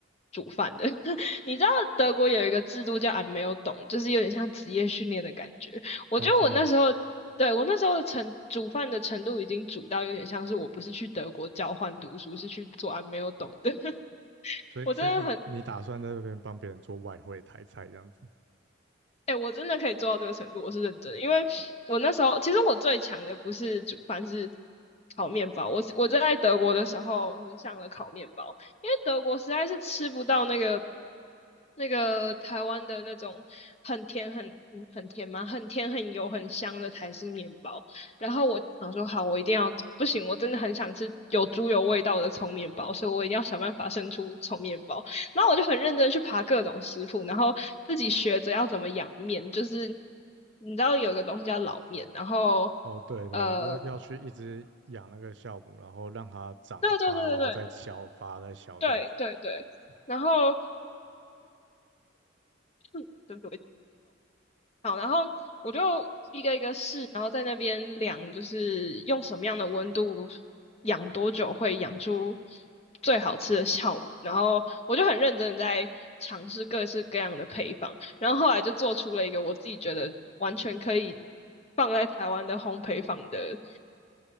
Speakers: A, on the left; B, on the right.
A: 煮饭的。<laughs> 你知道德国有一个制度叫 a 没有懂，就是有点像职业训练的感觉。我觉得我那时候。
B: 哦，真的。
A: 对，我那时候的程煮饭的程度已经煮到有点像是我不是去德国交换读书，是去做 a 没有懂的。<laughs>
B: 所以，
A: 我真的很
B: 所以你你打算在那边帮别人做外汇台菜这样子？
A: 哎、我真的可以做到这个程度，我是认真的。因为我那时候，其实我最强的不是煮饭，是烤面包。我我就在德国的时候迷上了烤面包，因为德国实在是吃不到那个那个台湾的那种很甜很嗯很甜吗？很甜很油很香的台式面包。然后我想说，好，我一定要不行，我真的很想吃有猪油味道的葱面包，所以我一定要想办法生出葱面包。然后我就很认真去爬各种师傅，然后自己学着要怎么养面，就是你知道有一个东西叫老面，然后
B: 哦，对对，
A: 呃，
B: 要要去一直养那个酵母，然后让它长发，
A: 对对对对
B: 然后再消发，再消这样子。
A: 对对对对，然后嗯，对不起，我好，然后我就一个一个试，然后在那边量，就是用什么样的温度养多久会养出最好吃的酵母。然后我就很认真的在尝试各式各样的配方，然后后来就做出了一个我自己觉得完全可以放在台湾的烘焙坊的